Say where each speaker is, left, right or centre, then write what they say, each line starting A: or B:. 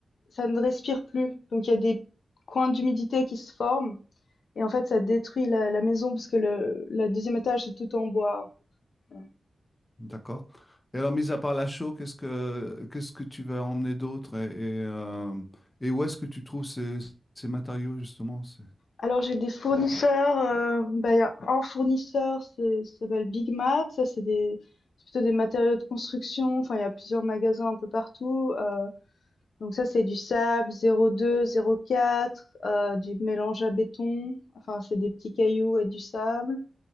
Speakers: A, on the left; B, on the left.
A: ça ne respire plus. Donc il y a des coins d'humidité qui se forment. Et en fait, ça détruit la, la maison parce que le, le deuxième étage, c'est tout en bois. Voilà.
B: D'accord. Et alors, mis à part la chaux, qu'est-ce que qu'est-ce que tu vas emmener d'autre et, et, euh, et où est-ce que tu trouves ces, ces matériaux justement? C'est-
A: Alors j'ai des fournisseurs. euh, bah, il y a un fournisseur, c'est- ça s'appelle Big Mat. Ça, c'est des, c'est plutôt des matériaux de construction. Enfin, il y a plusieurs magasins un peu partout. euh, donc ça, c'est du sable 02, 04, euh, du mélange à béton. Enfin, c'est des petits cailloux et du sable.